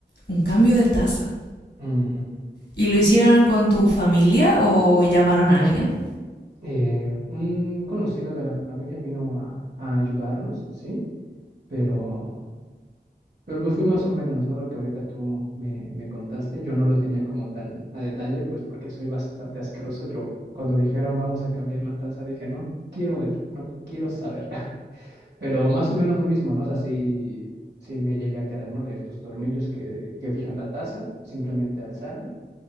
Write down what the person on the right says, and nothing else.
Ujú.
Eh, un conocido de la familia vino a, a ayudarnos, ¿sí? Pero Pero pues fue más o menos, ¿no? Lo que ahorita tú me, me contaste, yo no lo tenía como tan a detalle, pues porque soy bastante asqueroso. Yo cuando dijeron vamos a cambiar la taza, dije, no quiero ver, no quiero saber. <laughs> Pero más o menos lo mismo, ¿no? O sea, sí, sí me llegué a enterar, ¿no? De estos tornillos que, que fijan la taza, simplemente alzarla.